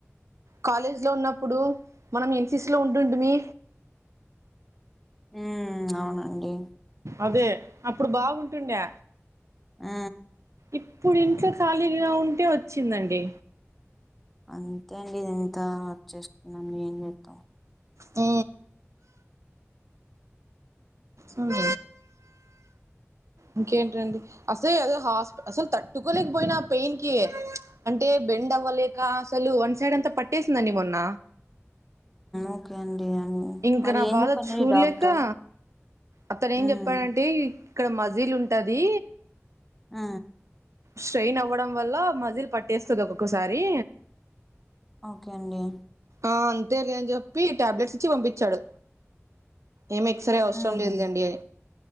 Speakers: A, on the right (about 80°); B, in the centre.
A: కాలేజ్ లో ఉన్నప్పుడు మనం ఎన్సిసి లో ఉంటుంటిమి
B: ఉ అవునండి
A: అదే అప్పుడు బాగుంటుండే
B: ఆ
A: ఇప్పుడు ఇంట్లో ఖాళీగా ఉంటే వచ్చిందండి
B: అంతే అండి ఇది ఎంత వక్ చేస్తుందండి ఏం చేద్దాం
A: అ అ ఇంకేంటండి అసే అదో హాస్పి అసలు తట్టుకోలేకపోయినా పెయిన్ కి అంటే బెండ్ అవ్వలేక అసలు వన్ సైడ్ అంతా పట్టేసిందండి మొన్న
B: ఓకే అండి అ
A: ఇంక
B: మరి
A: నా
B: ఏం
A: బాధ
B: చెప్తూన్నారు
A: చూడలేక
B: డాక్టర్
A: అతను ఏం
B: ఉమ్
A: చెప్పాడంటే ఇక్కడ మజీల్ ఉంటది
B: ఆ
A: స్ట్రయిన్ అవ్వడం వల్ల మజిల్ పట్టేస్తుంది ఒక్కొక్కసారి
B: ఓకే అండి
A: ఆ అంతేలే అని చెప్పి టాబ్లెట్స్ ఇచ్చి పంపించాడు ఏం ఎక్సరే అవసరం
B: హుహు.
A: లేదండి